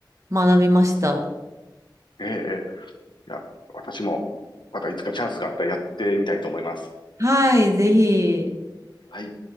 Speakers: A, on the right; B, on the left.
A: 学びました。
B: ええ、いや、私も、またいつかチャンスがあったらやってみたいと思います。
A: はい、ぜひ。
B: はい。